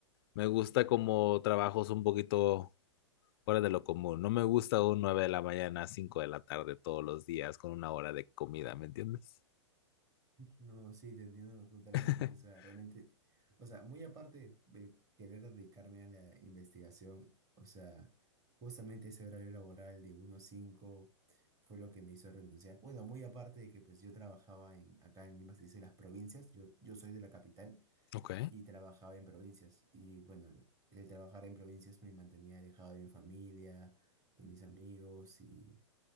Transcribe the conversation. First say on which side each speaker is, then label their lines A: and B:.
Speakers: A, on the left; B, on the right.
A: Me gusta como trabajos un poquito fuera de lo común. No me gusta un 9 de la mañana a 5 de la tarde todos los días con una hora de comida, ¿me entiendes?
B: No, sí, te entiendo totalmente.
A: <laughs>
B: O sea, realmente, o sea, muy aparte de querer dedicarme a la investigación, o sea, justamente ese horario laboral de uno a 5 fue lo que me hizo renunciar. Bueno, muy aparte de que pues yo trabajaba en, acá en Lima, se dice las provincias, yo, yo soy de la capital,
A: Ok,
B: y trabajaba en provincias. Y bueno, el el trabajar en provincias me mantenía alejado de mi familia, de mis amigos y,